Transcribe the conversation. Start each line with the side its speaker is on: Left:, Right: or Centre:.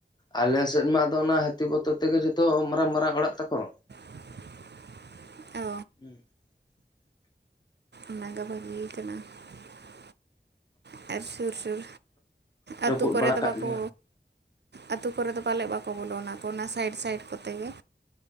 Left: ᱟᱞᱮ ᱥᱮᱫ ᱢᱟ ᱟᱫᱚ ᱚᱱᱟ ᱦᱟᱹᱛᱤ ᱵᱚᱛᱚᱨ ᱛᱮᱜᱮ ᱡᱚᱛᱚ ᱢᱟᱨᱟᱝ-ᱢᱟᱨᱟᱝ ᱚᱲᱟᱜ ᱛᱟᱠᱚ᱾
Right: <inaudible>
Left: <inaudible>
Right: ᱚ <unintelligible> <unintelligible> ᱥᱩᱨ ᱥᱩᱨ
Left: ᱨᱟᱹᱯᱩᱫ
Right: ᱟᱹᱛᱩ ᱠᱚᱨᱮ
Left: ᱵᱟᱲᱟ
Right: ᱫᱚ
Left: ᱠᱟᱜ
Right: ᱵᱟᱠᱚ
Left: ᱜᱮᱭᱟ
Right: ᱟᱹᱛᱩ ᱠᱚᱨᱮ ᱫᱚ ᱯᱟᱞᱮᱫ ᱵᱟᱠᱚ ᱵᱚᱞᱚᱱᱟ ᱠᱚ ᱚᱱᱟ ᱥᱟᱭᱤᱰ-ᱥᱟᱭᱤᱰ ᱠᱚᱛᱮ ᱜᱮ᱾